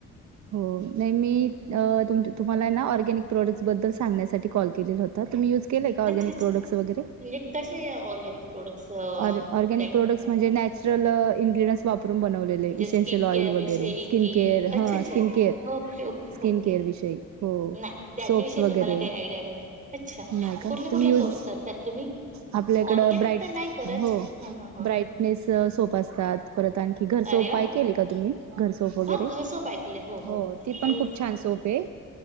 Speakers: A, on the right (about 65°); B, on the right (about 25°).
A: हो. नाही मी तुम तुम्हाला ना ऑर्गॅनिक प्रॉडक्ट्सबद्दल सांगण्यासाठी कॉल केलेला होता. तुम्ही यूज केलं का,
B: अच्छा
A: ऑगॅनिक
B: अच्छा
A: प्रॉडक्ट्स वैगेरे?
B: म्हणजे कसे ऑरगॅनिक प्रोडक्ट्स ताई?
A: ऑर ऑर्गॅनिक प्रोडक्ट्स म्हणजे नॅचरल इनग्रीडयनट्स वापरून बनवलेत.
B: म्हणजे
A: इसेन्शियल
B: स्किन
A: ऑईल
B: केअर
A: वैगेरे,
B: विषयी
A: स्किन
B: कि
A: केअर
B: अच्छा
A: ह
B: अच्छा
A: skin care
B: okay okay
A: skin
B: okay.
A: Care विषयी. हो,
B: नाही त्याच्याविषयी
A: सोप्स वगैरे.
B: तर मला काही आयडिया नाहीये अच्छा
A: नाही का,
B: कुठल्या कुठल्या
A: तुम्ही यूज
B: सोप्स करतात तुम्ही?
A: आपल्याकड
B: ऑर्गॅनिक
A: ब्राईट
B: तर नाही करत
A: हो
B: ह ह ह
A: ब्राईटनेस सोप असतात. परत आणखी की घर सोपाय
B: अरे वा
A: केले का तुम्ही, घरसोफ वगैरे?
B: हा घर सोप ऐकले
A: हो ती पण
B: आणि
A: खूप छान सोप आहे,